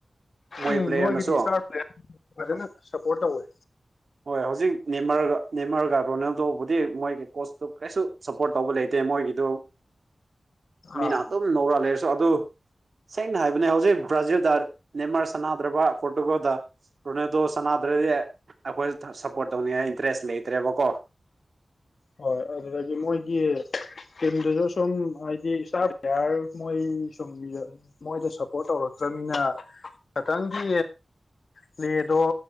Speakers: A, on the right; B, on the left.
A: ꯃꯣꯏ
B: ꯎꯝ
A: ꯄ꯭ꯂꯦꯌꯔꯅꯁꯨ
B: ꯃꯣꯏꯒꯤꯗꯤ ꯏꯁꯇꯥꯔ ꯄ꯭ꯂꯦꯌꯥꯔ ꯐꯖꯅ ꯁꯞꯄꯣꯔꯠ ꯇꯧꯋꯦ
A: ꯍꯣꯏ ꯍꯧꯖꯤꯛ ꯅꯦꯃꯔꯒ ꯅꯦꯃꯔꯒ ꯔꯣꯅꯥꯜꯗꯣꯕꯨꯗꯤ ꯃꯣꯏꯒꯤ ꯀꯣꯁꯇꯨ ꯀꯩꯁꯨ ꯁꯞꯄꯣꯔꯠ ꯇꯧꯕ ꯂꯩꯇꯦ ꯃꯣꯏꯒꯤꯗꯣ ꯃꯤꯅ
B: ꯑꯥ
A: ꯑꯗꯨꯝ ꯅꯧꯔ ꯂꯩꯔꯁꯨ ꯑꯗꯨ ꯁꯦꯡꯅ ꯍꯥꯏꯕꯅꯦ ꯍꯧꯖꯤꯛ ꯕ꯭ꯔꯥꯖꯤꯜꯗ ꯅꯦꯃꯥꯔ ꯁꯅꯥꯗ꯭ꯔꯕ ꯄꯣꯔꯇꯨꯒꯜꯗ ꯔꯣꯅꯦꯜꯗꯣ ꯁꯅꯥꯗ꯭ꯔꯗꯤ ꯑꯈꯣꯏ ꯁꯞꯄꯣꯔꯠ ꯇꯧꯅꯤꯡꯉꯥꯏ ꯏꯟꯇꯔꯦꯁ ꯂꯩꯇ꯭ꯔꯦꯕꯀꯣ
B: ꯑꯣꯏ ꯑꯗꯨꯗꯒꯤ ꯃꯣꯏꯒꯤ ꯇꯤꯝꯗꯖꯨ ꯁꯨꯝ ꯍꯥꯏꯗꯤ ꯏꯇꯔ ꯄꯔꯦꯌꯥꯔ ꯃꯣꯏ ꯁꯨꯝ ꯃꯣꯏꯗꯣ ꯁꯞꯄꯣꯔꯠ ꯇꯧꯔꯛꯇ꯭ꯔꯅꯤꯅ ꯈꯤꯇꯪꯒꯤ ꯄ꯭ꯂꯦꯗꯣ